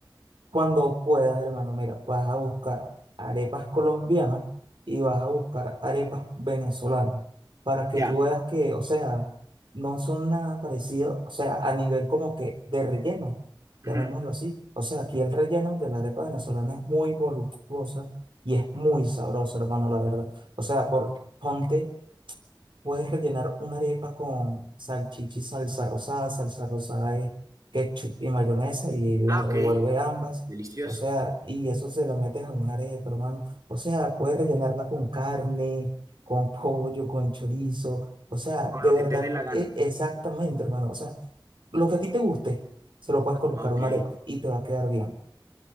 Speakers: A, on the right; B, on the right.
A: Cuando puedas, hermano, mira, vas a buscar arepas colombianas y vas a buscar arepas venezolanas para que
B: Ya.
A: tú veas que, o sea, no son nada parecidos o sea, a nivel como que de relleno,
B: Ujú.
A: llamémoslo así. O sea, aquí el relleno de la arepa venezolana es muy voluptuosa y es muy sabroso hermano, la verdad. O sea, por, ponte Puedes rellenar una arepa con salchicha y salsa rosada. Salsa rosada es ketchup y mayonesa y las
B: Ah,
A: revuelve
B: ok.
A: ambas.
B: Delicioso.
A: O sea, y eso se la metes a una arepa, hermano. O sea, puedes rellenarla con carne, con pollo, con chorizo. O sea,
B: Con
A: de
B: lo
A: verdad,
B: que te dé la gana.
A: e- exactamente, hermano. O sea, lo que a ti te guste, se lo puedes colocar
B: Ok.
A: a una arepa y te va a quedar bien.